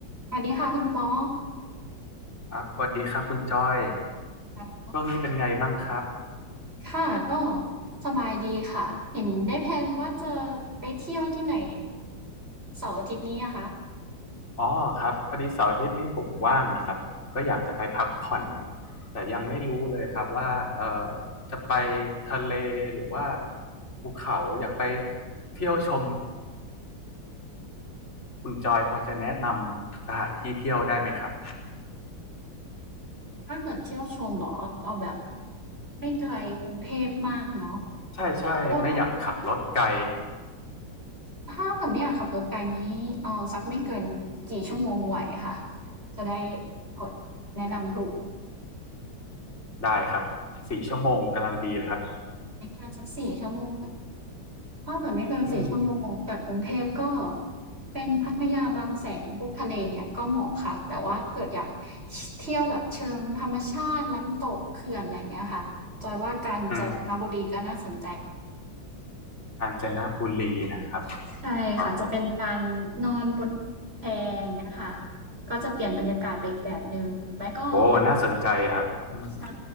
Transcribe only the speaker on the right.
สวัสดีค่ะคุณปอ
อ๋อ
ค่ะก็สบายดีค่ะ เห็นได้แพลนว่าจะไปเที่ยวที่ไหนเสาร์อาทิตย์นี้อะคะ
ถ้าเกิดเที่ยวชมเหรอเอาแบบไม่ไกลกรุงเทพมากเนาะ
ก็ถ้าเกิดไม่อยากขับรถไกลนี้เอาสักไม่เกินกี่ชั่วโมงไหวค่ะ จะได้พอแนะนำถูก
ไม่เกินสักสี่ชั่วโมง ถ้าเกิดไม่เกินสี่ชั่วโมงจากกรุงเทพก็
เป็นพัทยาบางแสนพวกทะเลเนี่ยก็เหมาะค่ะแต่ว่าเกิดอยากชเที่ยวแบบเชิงธรรมชาติน้ำตกเขื่อนอะไรเงี้ยค่ะจอยว่ากาญจนบุรีน่าสน
ใช่ค่ะจะเป็นการนอนบนแพอย่างเงี้ยค่ะ
ก็จะเปลี่ยนบรรยากาศไปอีกแบบหนึ่งหรือไม่ก็เป็น
ใช่